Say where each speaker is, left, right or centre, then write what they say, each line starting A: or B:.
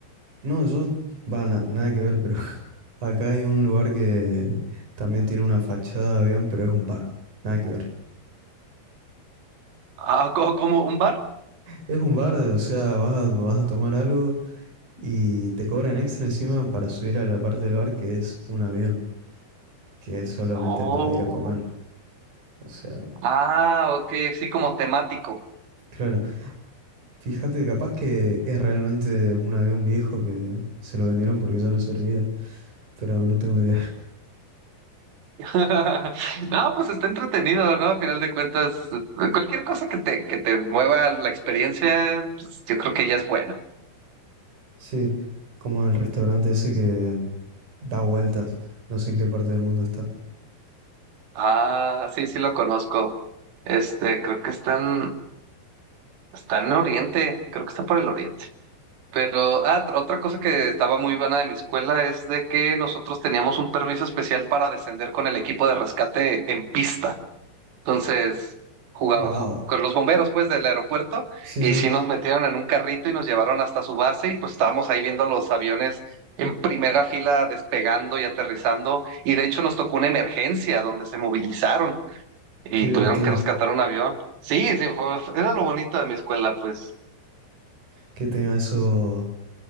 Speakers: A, on the right; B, on the right.
A: no, yo, va, na- nada que ver, pero <laughs> acá hay un lugar que también tiene una fachada de avión, pero es un bar, nada que ver.
B: ah, co- como un bar.
A: Es un bar, o sea, vas a, vas a tomar algo y te cobran extra encima para subir a la parte del bar que es un avión, que es solamente
B: Oh,
A: para ir a comer. O sea,
B: ah, ok, sí, como temático.
A: claro, fíjate, capaz que es realmente un avión viejo que se lo vendieron porque ya no servía, pero no tengo idea.
B: <laughs> No, pues está entretenido, ¿no? Al final de cuentas, cualquier cosa que te, que te mueva la experiencia, pues, yo creo que ya es buena.
A: Sí, como el restaurante ese que da vueltas. No sé en qué parte del mundo está.
B: Ah, sí, sí lo conozco. Este, creo que están, están en Oriente, creo que está por el Oriente. Pero, ah, t- otra cosa que estaba muy buena de mi escuela es de que nosotros teníamos un permiso especial para descender con el equipo de rescate en pista. Entonces, jugaba,
A: Wow.
B: ju- con los bomberos, pues, del aeropuerto,
A: Sí,
B: y
A: sí,
B: sí nos metieron en un carrito y nos llevaron hasta su base, y pues estábamos ahí viendo los aviones en primera fila despegando y aterrizando, y de hecho nos tocó una emergencia donde se movilizaron y
A: qué divertido
B: tuvieron que rescatar un avión. Sí, sí, fue- fue- era lo bonito de mi escuela, pues.
A: que tenga eso,